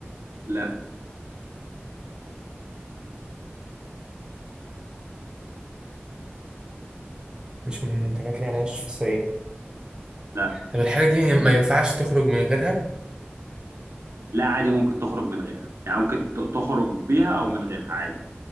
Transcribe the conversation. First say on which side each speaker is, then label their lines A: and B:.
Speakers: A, on the right (about 80°); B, on the right (about 20°).
A: لا
B: مش من منتجات العناية الشخصية
A: لا
B: طب الحاجة دي ما ينفعش تخرج من غيرها
A: لا عادي ممكن تخرج من غيرها يعني ممكن ت- تخرج بيها او من غيرها عادي